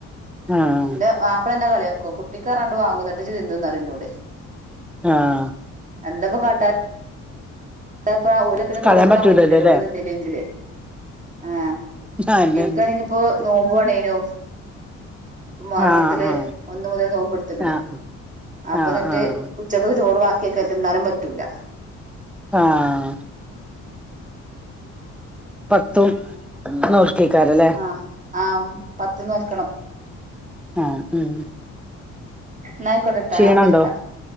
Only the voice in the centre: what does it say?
ആഹ്
ആഹ
കളയാൻ പറ്റൂലല്ലോ
അല്ലേ
ആന്നെന്നെ
ആഹ് ആഹ്
ആഹ്
ആഹ്
ആഹ്
ആഹ പത്തും
നൂർക്കേക്കാരല്ലേ
ആഹ ഉം
ക്ഷീണണ്ടോ